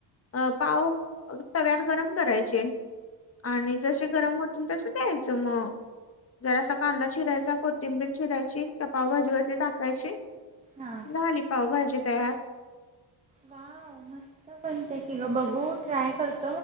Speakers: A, on the left (about 35°); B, on the right (about 15°).
A: अ पाव तव्यात गरम करायचे आणि जसे गरम हो तस द्यायचं मग जर असा कांदा शिरायचा िंबि शिरायची त्या पावभाजी वती टाकायची
B: हा
A: झाली पावभाजी तयार
B: वा मस्त बनते कि ग बघू ट्राय करते